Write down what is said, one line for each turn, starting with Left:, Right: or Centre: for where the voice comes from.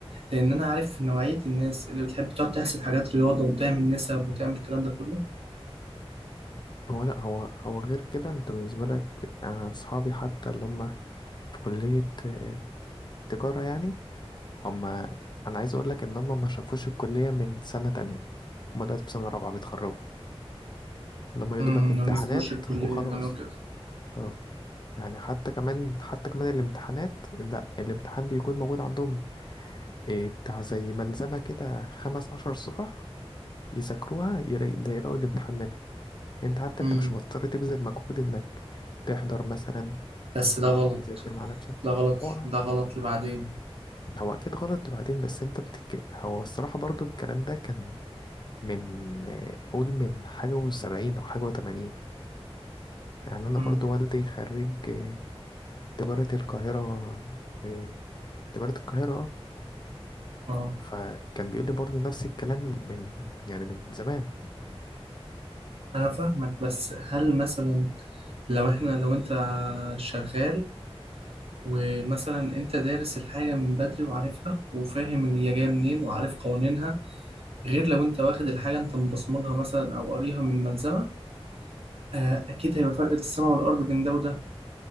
Right: لان انا عارف نوعيه الناس اللي بتحب تقعد تحسب حاجات رياضه وتعمل نسب وتعمل الكلام ده كله
Left: هو لا هو هو غير كده انت بالنسبة لك انا اصحابي حتى اللي هم في كلية آه، تجارة يعني هم انا عايز اقول لك ان هم ما شافوش الكلية من سنة تانية هم دلوقتي في سنة رابعة بيتخرجوا ان هم يا
Right: امم
Left: دوبك امتحانات
Right: ما نزلوش الكليه
Left: وخلاص
Right: يعني وكده
Left: اه يعني حتى كمان حتى كمان الامتحانات لا الامتحان بيكون موجود عندهم إيه بتاع زي ملزمة كده خمس عشر صفح يذاكروها يلاقي- ده يلاقوا الامتحان منها انت حتى
Right: امم
Left: انت مش مضطر تبذل مجهود انك تحضر مثلا
Right: بس ده
Left: إيه،
Right: غلط
Left: تذاكر مع نفسك
Right: ده غلط
Left: هو
Right: ده غلط لبعدين
Left: هو اكيد غلط بعدين بس انت بتك... هو الصراحه برضو الكلام ده كان من آه، قول من حاجه وسبعين او حاجه وتمانين يعني انا
Right: امم
Left: برضو والدي خريج آه، تجاره القاهره آه، تجاره القاهره آه.
Right: اه
Left: فكان بيقول لي برضو نفس الكلام من يعني من زمان
Right: انا فاهمك بس هل مثلا لو احنا لو انت شغال ومثلا انت دارس الحاجه من بدري وعارفها وفاهم ان هي جايه منين وعارف قوانينها غير لو انت واخد الحاجه انت مبصمجها مثلا او قاريها من ملزمه آه، اكيد هيبقى فرق السماء والارض بين ده وده